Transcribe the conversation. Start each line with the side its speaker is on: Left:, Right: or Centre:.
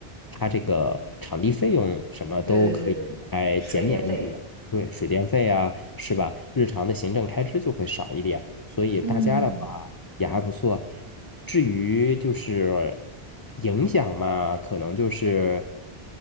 Left: 它这个场地费用什么都可以来减免一点，
Right: 对对对对，水电费，
Left: 对，水电费啊，是吧？日常的行政开支就会少一点。所以大家的话。
Right: 嗯，
Left: 也还不错。至于就是影响嘛，可能就是